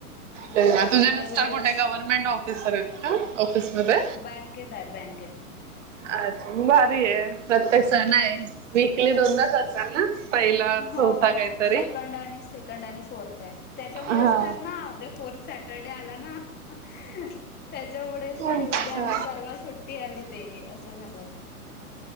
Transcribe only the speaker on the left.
हो
त्याच्यामुळे
वेळच
बँकेत आहेत बँकेत
हो
हो
सेकंड आणि सेकंड आणि फोर्थ आहे त्याच्यामुळेच
तर ना उद्या फोर्थ साठी सॅटर्डे आला ना त्याच्यामुळेच
ते उद्या आणि परवा सुट्टी सुतारआली ते असं झालंय